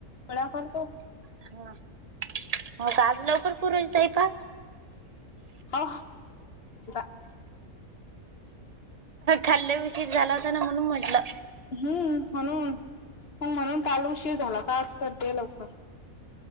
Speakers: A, on the left; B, on the right.
A: पोळ्या करतो.
B: हा, हो का? आज लवकर सुरू आहे स्वयंपाक?
A: हो <inaudible>
B: काल लय उशीर झाला होता ना? म्हणून म्हटलं.
A: हम्म, म्हणून, पण म्हणून काल उशीर झाला होता, आज करतीये लवकर.